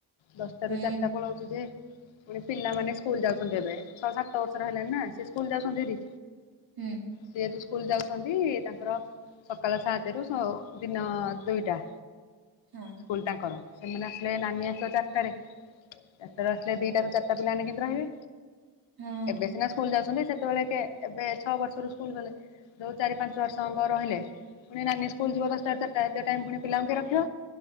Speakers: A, on the left (about 75°); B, on the right (about 50°).
A: ଦଶଟାରୁ
B: ହୁଁ
A: ଚାରିଟା ପଳାଉଛୁ ଯେ ପୁଣି ପିଲାମାନେ ସ୍କୁଲ ଯାଉଛନ୍ତି ଏବେ। ଛ ସାତ ବର୍ଷର ହେଲେଣି ନା ସ୍ଲ ଯାଉଛନ୍ତି ହେରି,
B: ହୁଁ
A: ସିଏ ତ ସ୍କୁଲ ଯାଉଛନ୍ତି ତାଙ୍କର ସକାଳ ସାତ ରୁ ଦିନ ଦୁଇଟା।
B: ହଁ।
A: ସ୍କୁଲ ତାଙ୍କର, ସେମାନେ ଆସିଲେ ନାନୀ ଆସିଲେ ନାନୀ ହେରିକା ଚାରିଟାରେ। ତାରେ ଆସିଲ ଦିଟା ର ଚାରିଟା ପିଲା ମାନେ କେମିତି ରହିବେ?
B: ହଁ
A: ଏବେ ସିନା ସ୍କୁଲ ଯାଉଛନ୍ତି, ସେତେବେଳେ କେ ଏବେ ଛଅ ବର୍ଷରୁ ସ୍କୁଲ ଗଲେ। ଯୋଉ ଚାରି ପାଞ୍ଚ ବର୍ଷଙ୍କ ରହିଲେ। ପୁଣି ନାନୀ ସ୍କୁଲ ଯିବ ଦଶଟା ରୁ ଚାରିଟା ଏତେ ଟାଇମ୍ ପୁଣି ପିଲାଙ୍କୁ କିଏ ରଖିବ?